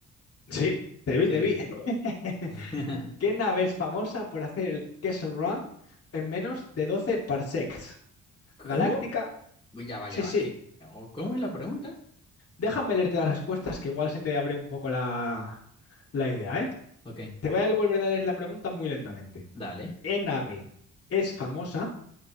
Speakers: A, on the left; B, on the left.
A: Sí, te vi,
B: Sí.
A: te vi. <laughs>
B: <laughs>
A: ¿Qué nave es famosa por hacer el Kessel Run en menos de 12 parsecs?
B: ¿Cómo?
A: ¿Galáctica?
B: Ya va,
A: Sí,
B: ya va.
A: sí.
B: ¿Qué? Oh, ¿Cómo es la pregunta?
A: Déjame leerte las respuestas que igual se te abre un poco la, la idea, ¿eh?
B: Ok,
A: Te voy a volver a leer la pregunta muy lentamente.
B: dale.
A: ¿Qué nave es famosa